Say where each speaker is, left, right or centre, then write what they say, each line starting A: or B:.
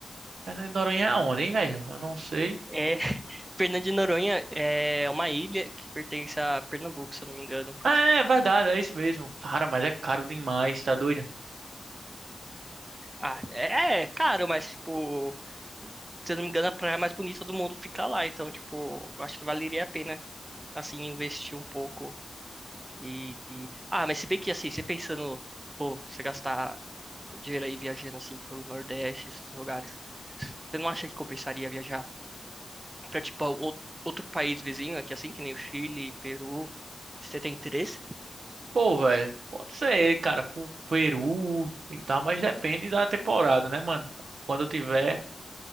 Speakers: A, on the right; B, on the right.
A: Fernando de Noronha é onde, hein, velho? Eu não sei.
B: É, <laughs> Fernando de Noronha é uma ilha que pertence a Pernambuco, se eu não me engano.
A: É, é verdade, é isso mesmo. Cara, mas é caro demais, tá doido?
B: Ah, é, é caro, mas, tipo, se eu não me engano, a praia mais bonita do mundo fica lá. Então, tipo, eu acho que valeria a pena, assim, investir um pouco. E, e- Ah, mas se bem que, assim, você pensando, pô, você gastar dinheiro aí viajando, assim, pro Nordeste, esses lugares, você não acha que compensaria viajar? pra tipo ou- outro país vizinho aqui, assim, que nem o Chile, Peru. Você tem interesse?
A: Pô, velho, pode ser, cara, pro Peru e tal, mas depende da temporada, né, mano? Quando eu tiver.